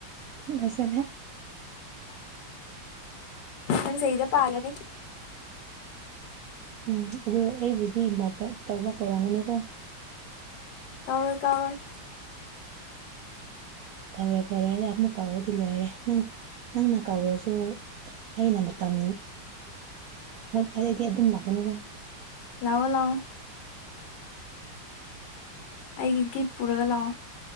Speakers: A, on the right; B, on the left.
A: ꯅꯁꯅ <inaudible>
B: ꯃꯊꯪ ꯁꯍꯤꯗ ꯄꯥꯜꯂꯅꯤ
A: ꯎꯝ ꯑꯗꯣ ꯑꯩꯕꯨꯗꯤ ꯏꯟꯚꯥꯏꯠ ꯇꯧꯕ ꯀꯧꯔꯝꯒꯅꯨꯀꯣ
B: ꯀꯥꯎꯔꯣꯏ ꯀꯥꯎꯔꯣꯏ
A: ꯀꯥꯎꯔꯣꯢ ꯀꯥꯎꯔꯣꯢ ꯍꯥꯢꯔ ꯑꯃꯨꯛ ꯀꯥꯎꯔꯗꯤ ꯂꯣꯏꯔꯦ ꯅꯪ ꯅꯪꯅ ꯀꯥꯎꯔꯁꯨ ꯑꯩꯅ ꯃꯇꯝ ꯈꯪꯑꯗꯤ ꯑꯗꯨꯝ ꯂꯥꯛꯀꯅꯤꯀꯣ
B: ꯂꯑꯣ ꯂꯑꯣ ꯑꯩꯒꯤ ꯒꯤꯐ ꯄꯨꯔꯒ ꯂꯥꯛꯑꯣ